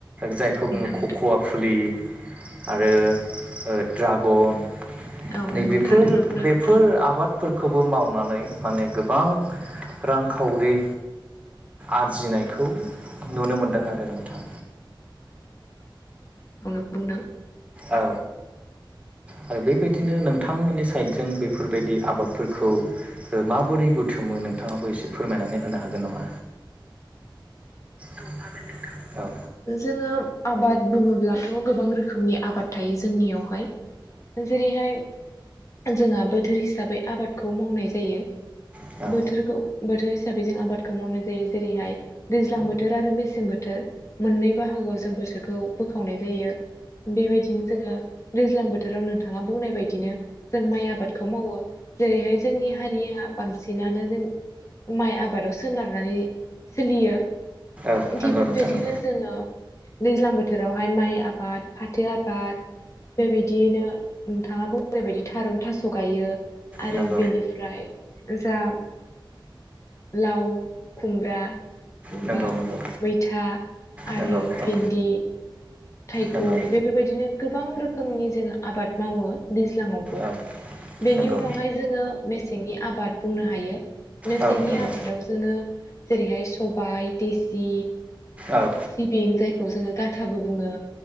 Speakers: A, on the right (about 15°); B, on the left (about 35°).
A: जायखौ बुङो
B: नंगौ
A: खक'वा
B: नोंथां
A: फुलि आरो ड्रागन।
B: औ
A: नैबेफोर
B: नंगौ थारखौनो बुंदों
A: बेफोर
B: नोंथाङा
A: आबादफोरख खौबो मावनानै माने गोबां रां खावरि आरजिनायखौ नुनो मोनदों आरो नोंथां।
B: बुंनां
A: औ। आरो बेबायदिनो नोंथांमोननि साइदजों बेफोरबायदि आबादफोरखौ माबोरै बुथुमो नोंथाङाबो एसे फोरमायनानै होनो हागोन नामा? औ हागोन नोंथां औ।
B: जोङो आबाद बुङोब्लाथ' गोबां रोखोमनि आबाद थायो जोंनियावहाय। जेरैहाय जोंहा बोथोर हिसाबै आबादखौ मावनाय जायो।
A: औ बोथोर
B: बोथोरखौ बोथोर हिसाबै जों आबादखौ मावनाय जायो जेरैहाय दैज्लां बोथोर आरो मेसें बोथोर मोननै बाहागोआव जों बोथोरखौ बोखावनाय जायो। बेबायदिनो जोङो दैज्लां बोथोराव नोंथाङा बुंनाय बायदिनो जों माइ आबादखौ मावो जेरैहाय जोंनि हारिया बांसिनानो जों माइ आबादाव सोनारनानै सोलियो।
A: दैज्लां
B: थिग
A: बोथोराव
B: बेबायदिनो
A: नोंथाङा
B: जोङो दैज्लां बोथोरावहाय माइ आबाद फाथो आबाद बेबायदियैनो नोंथाङा बोरैबायदि थारुन थास' गायो। आरो
A: आबाद फाथो आबाद जों बिदिनो
B: बेनिफ्राय जा लाव खुमब्रा।
A: नंगौ
B: बा
A: नंगौ
B: मैथा आरो
A: नंगौ औ
B: भिन्दि। थाइगं
A: नंगौ
B: बेफोरबायदिनो गोबां रोखोमनि जोङो आबाद मावो दैज्लाङावबो।
A: औ
B: बेनि
A: नंगौ
B: उनावहाय जोङो मेसेंनि आबाद बुंनो हायो। मेसेंनि
A: औ नंगौ
B: आबादाव जोङो जेरैहाय सब बाय देसि
A: औ
B: सिबिं जायखौ जोङो गाथाबो बुङो।